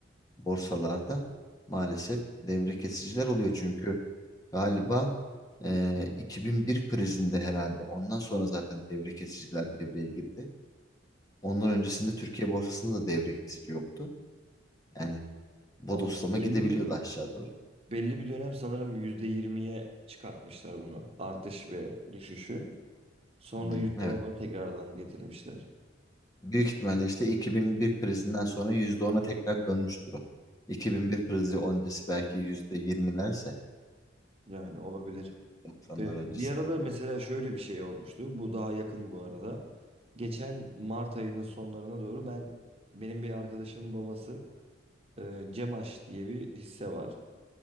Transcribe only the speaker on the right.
Ha, Belli
bir
belli bir dönem sanırım yüzde yirmiye çıkartmışlar bunu. Artış ve düşüşü. Sonra
yüzde
ona tekrardan getirmişler.
Yani olabilir.
Ee,
bir arada
mesela şöyle bir şey olmuştu. Bu daha yakın bu arada. Geçen Mart ayının sonlarına doğru ben benim bir arkadaşımın babası e, Cemaş diye bir hisse var